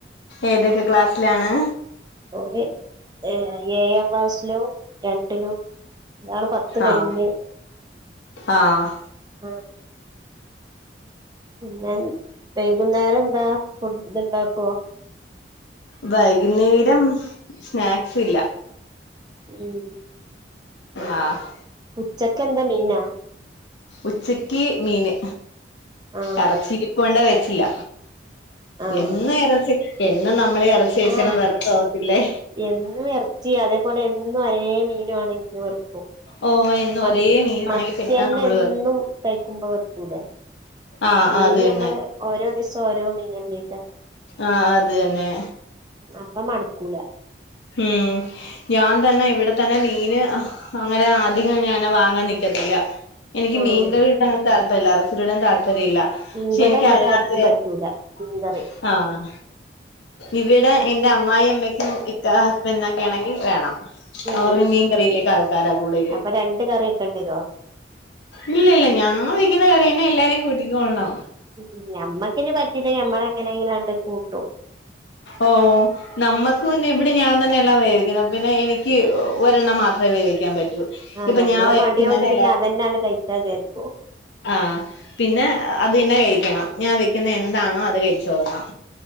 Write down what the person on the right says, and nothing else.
ഓര് ഏ ഏഴാം ക്ലാസ്സിലും രണ്ടിലും ഒയാള് പത്ത് കയിഞ്ഞ്
ആഹ് പിന്നെ വൈകുന്നേരം എന്താ ഫുഡ് ഇണ്ടാക്കൊ
ഉം
ഉച്ചക്കെന്താ മീനാ
ആഹ്
ആഹ്
ആഹ്
എന്നും ഇറച്ചി അതേപോലെ എന്നും ഒരേ മീനും ആണെങ്കിലും വെറുക്കു ക്കും
മത്
മത്തിന്നെ
എന്നും
കഴിക്കുമ്പോ വെക്കൂലേ
മീന്
നമ്മള് ഓരോ ദിവസം ഓരോ മീനല്ലേ
അപ്പ മടുക്കൂല
ആഹ്
ഇവിടെ
ഇവരാർക്കും
പറ്റൂല
മീൻ കറി
ഉം
അപ്പൊ രണ്ട് കറിിയ വെക്കെണ്ട വരുവോ
ഉ ഞമ്മക്കിനിപറ്റീല്ലങ്കി ഞമ്മള എങ്ങനെയെങ്കിലാണ്ട് കൂട്ടും
ആഹ്
ഞമ്മളെ
മടിയോണ്ട് പിന്നെ അതന്നെയാണ്ട് കയ്ച്ചാ വിചാരിക്കു